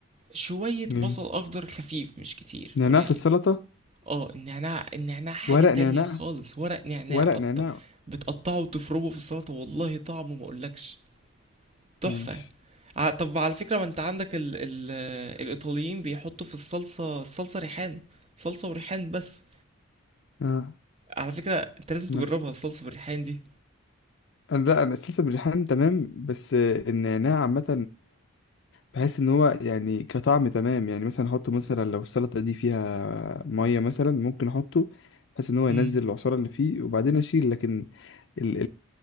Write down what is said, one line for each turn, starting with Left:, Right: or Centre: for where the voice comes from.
Right: شوية
Left: جامد
Right: بصل أخضر خفيف مش كتير
Left: نعناع
Right: قليل
Left: في السلطة
Right: اه النعناع النعناع حاجة
Left: ورق
Right: تانية
Left: نعناع
Right: خالص ورق نعناع
Left: ورق
Right: قط...
Left: نعناع
Right: بتقطعه وتفرمه في السلطة والله طعمه ما أقولكش تحفة
Left: ماشي
Right: ع- طب على فكرة ما انت عندك ال ال الإيطاليين بيحطوا في الصلصة الصلصة ريحان صلصة وريحان بس
Left: اه
Right: على فكرة انت لازم تجربها
Left: انا س...
Right: الصلصة بالريحان دي
Left: انا لا انا سلسة بالريحان تمام بس آه، النعناع عامة بحس ان هو يعني كطعم تمام يعني مثلا احطه مثلا لو السلطه دي فيها ميه مثلا ممكن احطه بحيث ان هو ينزل
Right: امم
Left: العصاره اللي فيه وبعدين اشيل لكن ال